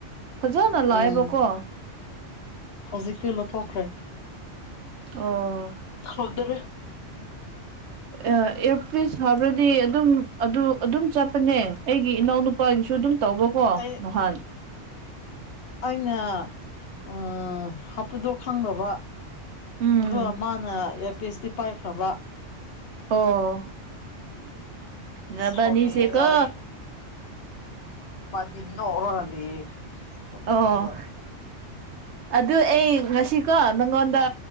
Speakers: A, on the right (about 70°); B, on the left (about 60°).
A: ꯐꯖꯅ ꯂꯥꯛꯑꯦꯕꯀꯣ
B: ꯎꯝ ꯍꯧꯖꯤꯛꯇꯤ ꯂꯧꯊꯣꯛꯈ꯭ꯔꯦ
A: ꯑꯣ
B: ꯍꯧꯗꯔ
A: ꯑꯦꯌꯔꯄꯤꯁ ꯍꯥꯏꯕ꯭ꯔꯗꯤ ꯑꯗꯨꯝ ꯑꯗꯨ ꯑꯗꯨꯝ ꯆꯠꯄꯅꯦ ꯑꯩꯒꯤ ꯏꯅꯥꯎꯅꯨꯄꯥꯒꯤꯁꯨ ꯑꯗꯨꯝ ꯇꯧꯕꯣ ꯀꯣ
B: ꯑꯩ
A: ꯅꯍꯥꯟ
B: ꯑꯅ ꯎ ꯍꯥꯞꯄꯨꯗꯣ ꯈꯪꯗꯕ
A: ꯎꯝ
B: ꯑꯗꯨꯒ ꯃꯥꯅ ꯑꯦ ꯄꯤꯁꯇꯤ ꯄꯥꯏꯈ꯭ꯔꯕ
A: ꯑꯣ ꯅꯕꯅꯤꯁꯤ
B: ꯁꯥꯎꯅꯤꯡꯉꯦꯒ
A: ꯀꯣ
B: ꯑꯩ ꯃꯥꯗꯤ ꯅꯛ ꯑꯣꯔ ꯂꯩꯌ
A: ꯑꯣ
B: <inaudible>
A: ꯑꯗꯨ ꯑꯩ ꯉꯁꯤꯀꯣ ꯅꯪꯉꯣꯟꯗ